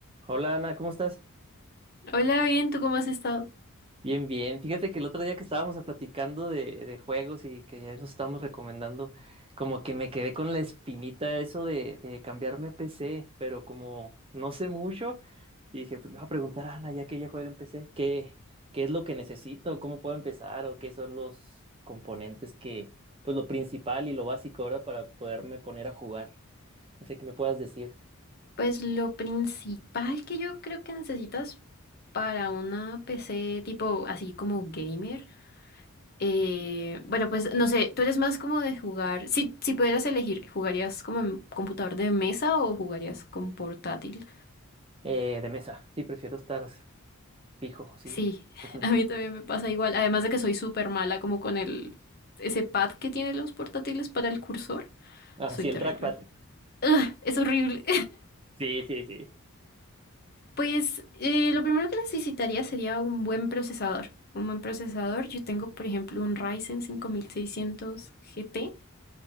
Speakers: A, on the right; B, on the left.
A: Hola Ana, ¿cómo estás?
B: Hola, bien, ¿tú cómo has estado?
A: Bien, bien. Fíjate que el otro día que estábamos platicando de, de juegos y que ya nos estábamos recomendando, como que me quedé con la espinita eso de, de cambiarme a PC, pero como no sé mucho, y dije, pues le voy a preguntar a Ana, ya que ella juega en PC, ¿qué, qué es lo que necesito? ¿Cómo puedo empezar? ¿O qué son los componentes que, pues lo principal y lo básico ahora para poderme poner a jugar? No sé qué me puedas decir.
B: Pues lo principal que yo creo que necesitas para una PC tipo así como gamer, eh, bueno, pues no sé, tú eres más como de jugar, si, si pudieras elegir, ¿jugarías como en computador de mesa o jugarías con portátil?
A: Eh, de mesa, sí, prefiero estar fijo, sí.
B: Sí,
A: <laughs> Ajá.
B: <laughs> a mí también me pasa igual, además de que soy súper mala como con el, ese pad que tienen los portátiles para el cursor,
A: Ah,
B: soy
A: sí, el
B: terrible.
A: trackpad.
B: Es horrible.
A: Sí, sí, sí.
B: Pues eh, lo primero que necesitaría sería un buen procesador. Un buen procesador. Yo tengo, por ejemplo, un Ryzen 5600 GT